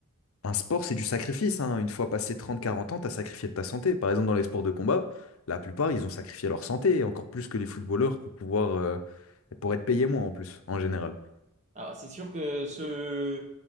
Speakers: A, on the left; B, on the right.
A: un sport, c'est du sacrifice, hein. Une fois passé trente, quarante ans, t'as sacrifié de ta santé. Par exemple, dans les sports de combat, la plupart, ils ont sacrifié leur santé, et encore plus que les footballeurs pour pouvoir, euh, pour être payés moins en plus, en général.
B: Alors, c'est sûr que ce...